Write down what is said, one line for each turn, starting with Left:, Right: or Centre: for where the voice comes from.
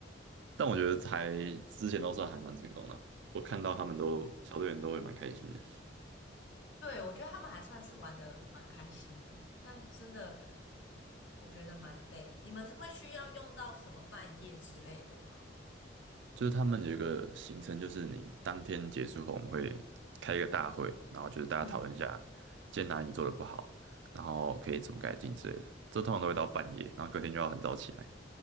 Right: 但我觉得还之前都算还蛮成功的啊。我看到他们都小队员都会蛮开心的，
Left: 对，我觉得他们还算是玩的蛮开心的，但真的我觉得蛮累。你们会需要用到什么半夜之类的吗？
Right: 就是他们有一个行程，就是你当天结束后，我们会开一个大会，然后就是大家讨论一下
Left: 嗯，
Right: 今天哪里做的不好，然后可以怎么改进之类的。这通常都会到半夜，然后隔天就要很早起来，